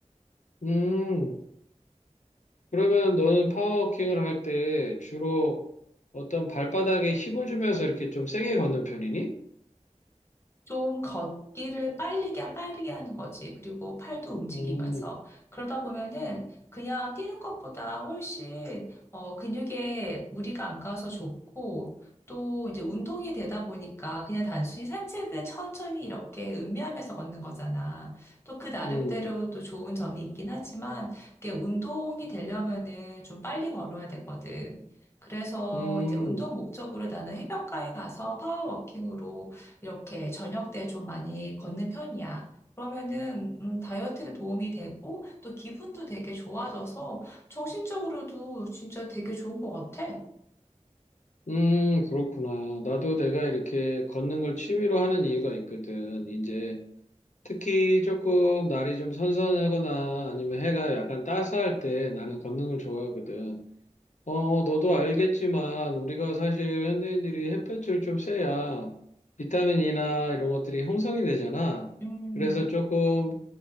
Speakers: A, on the left; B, on the left.
A: 음. 그러면 너는 파워워킹을 할 때 주로 어떤 발바닥에 힘을 주면서 이렇게 좀 세게 걷는 편이니?
B: 좀 걷기를 빨리게, 빠르게 하는 거지. 그리고 팔도 움직이면서.
A: 음,
B: 그러다 보면은 그냥 뛰는 것보다 훨씬, 어, 근육에 무리가 안 가서 좋고, 또 이제 운동이 되다 보니까 그냥 단순히 산책은 천천히 이렇게 음미하면서 걷는 거잖아. 또 그 나름대로
A: 음,
B: 또 좋은 점이 있긴 하지만, 이게 운동이 되려면은 좀 빨리 걸어야 되거든. 그래서
A: 음,
B: 이제 운동 목적으로 나는 해변가에 가서 파워워킹으로 이렇게 저녁 때 좀 많이 걷는 편이야. 그러면은 음, 다이어트에 도움이 되고 또 기분도 되게 좋아져서 정신적으로도 진짜 되게 좋은 것 같아.
A: 음, 그렇구나. 나도 내가 이렇게 걷는 걸 취미로 하는 이유가 있거든. 이제 특히 조금 날이 좀 선선하거나 아니면 해가 약간 따스할 때 나는 걷는 걸 좋아하거든. 어, 너도 알겠지만 우리가 사실 현대인들이 햇볕을 좀 쐬야 비타민이나 이런 것들이 형성이 되잖아.
B: 음,
A: 그래서 조금